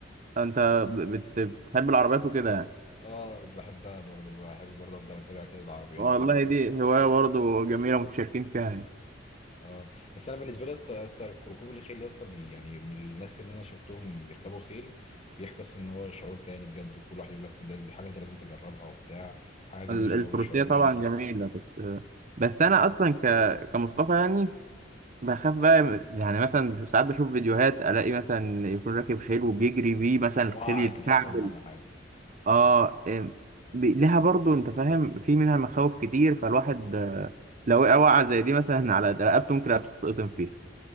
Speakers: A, on the right; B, on the left.
A: انت ب- بت- بتحب العربيات وكده يعني
B: أه بحبها برضو بحب برضو أفضل أتابع كده العربيات
A: والله
B: برضو
A: دي هوايه برضه جميله متشاركين فيها يعني
B: اه بس انا بالنسبه لي يا اسطى يا اسطى ركوب الخيل يا اسطى بي- يعني من الناس اللي انا شفتهم بيركبوا خيل بيحكوا اصلا ان هو شعور تاني بجد وكل واحد يقول لك ده دي حاجه انت لازم تجربها وبتاع حاجه
A: ال-
B: جميله
A: الفروسيه
B: والشعور
A: طبعا
B: جميل
A: جميله بس بس انا اصلا ك... كمصطفى يعني بخاف بقى يعني مثلا ساعات بشوف فيديوهات الاقي مثلا يكون راكب خيل وبيجري بيه مثلا
B: وقعت
A: الخيل يتكعبل
B: الحصان ولا حاجه
A: اه إم، بي- لها برضو انت فاهم في منها مخاوف كتير فالواحد آه، لو وقع وقعة زي دي مثلا <laughs> على رقبته ممكن تتقطم فيه